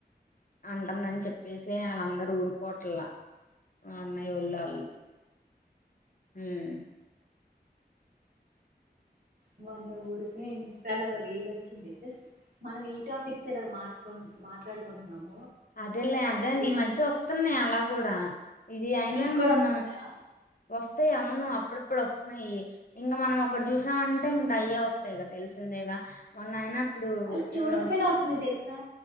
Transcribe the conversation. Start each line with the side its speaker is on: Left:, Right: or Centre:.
Left: అంటుందని చెప్పేసి వాళ్ళందరుూ ఊరుకోట్లా అన్నయి ఒళ్లు అల్లు మ్మ్
Right: ఇవాల ఊరుకె ఇన్స్టాల ఒక రీల్ వచ్చింది జస్ట్ మనం ఈ టాపిక్ కె కదా మార్చుకు మాట్లాడుకుంటున్నాము
Left: అదేలే అదే నీ
Right: రీల్
Left: మధ్య వస్తున్నాయి అలా కూడా ఇది అయినా
Right: నీకు కూడా
Left: మొన్న
Right: వస్తున్నాయా
Left: వస్త వస్తయి అవును అప్పుడప్పుడు వస్తున్నాయి ఇంకా మనం ఒక్కటి చూసామంటే ఇంక అయ్యే వస్తాయిగా తెలిసిందేగా మొన్న అయిన అయినా ఇప్పుడు
Right: వాళ్ చూడకపోయినా
Left: ఏమన్నా
Right: వతుంది తెలుసా